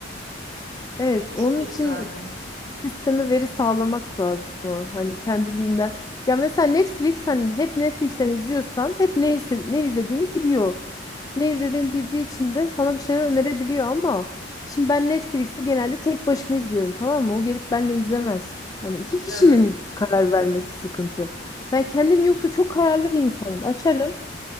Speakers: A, on the left; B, on the right.
A: Evet,
B: Onu çok
A: onun
B: isterdim.
A: için sisteme veri sağlamak lazım. ama Hani kendiliğinden. Ya mesela Netflix hani hep Netflix'ten izliyorsan hep ne, ise- ne izlediğini biliyor. Ne izlediğimi bildiği için de sana bir şeyler önerebiliyor ama şimdi ben Netflix'i genelde tek başıma izliyorum tamam mı? O gelip benle izlemez. Hani iki kişinin
B: Evet.
A: karar vermesi sıkıntı. Ben kendim yoksa çok kararlı bir insanım. Açarım.